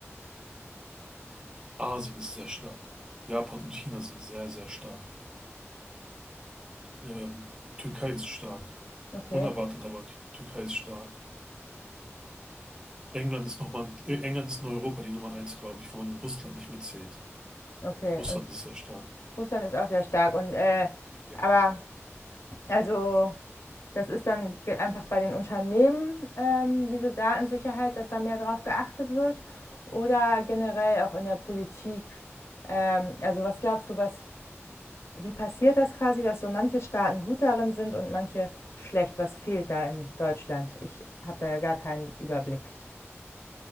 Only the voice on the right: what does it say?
Asien ist sehr stark. Japan und China sind sehr, sehr stark. Ähm, Türkei ist stark.
Unerwartet, aber die Türkei ist stark. England ist nochmal, England ist in Europa die Nummer eins, glaube ich, wo man Russland nicht mitzählt.
Russland
ist sehr stark.
Ja.